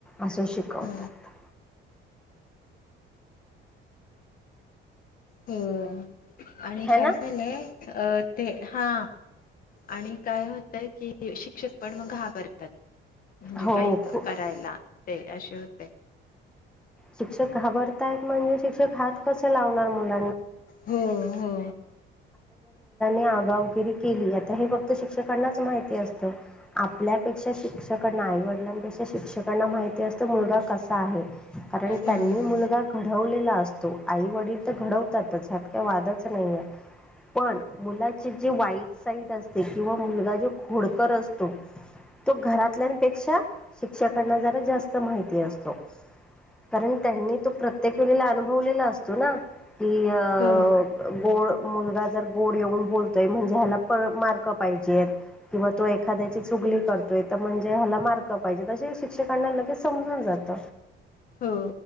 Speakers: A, in the centre; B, on the left (about 45°).
A: असं शिकवतात.
B: ह हो आणि
A: है
B: काय
A: ना
B: झालंय अ ते हा आणि काय होतंय की शिक्षक पण मग घाबरतात म्हणजे
A: हो
B: काही
A: खूप
B: करायला ते असे होते.
A: शिक्षक घाबरतायत म्हणजे, ह क मु ज
B: हो हो
A: आ मुा <inaudible> वग केली आता हे फक्त शिक्षकांनाच माहिती असत. आपल्यापेक्षा शिक्षक नाहीवडला शिक्षकांना माहिती असतं मुलगा कसा आहे कारण
B: हम्म
A: त्यांनी मुलगा घडवलेला असतो आई वडील तर घडवतातच ह्यात का वादच नाही आहे पण मुलाचे जे वाईट साईट असते किंवा मुलगा जो खोडकर असतो तो घरातल्यापेक्षा शिक्षकांना जरा जास्त माहिती असतो कारण त्यांनी तो प्रत्येक वेळेला अनुभवलेला असतो ना की अ
B: हो
A: गोड मुलगा जर गोड येऊन बोलतोय म्हणजे ह्याला प मारक पाहिजे किंवा तो एखाद्याची चुगली करतोय तर म्हणजे ह्याला मार्क पाहिजे तशी काणार ले समजून जात
B: हो